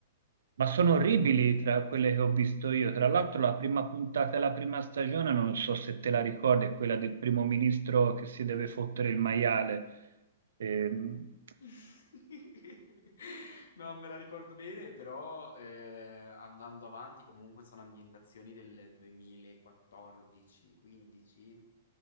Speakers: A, on the right (about 85°); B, on the left (about 85°).
A: Ma sono orribili tra quelle che ho visto io. Tra l'altro, la prima puntata della prima stagione, non so se te la ricordi, è quella del primo ministro che si deve fottere il maiale. Ehm,
B: <laughs> Non me la ricordo bene, però eh, andando avanti comunque sono ambientazioni del 2014-15.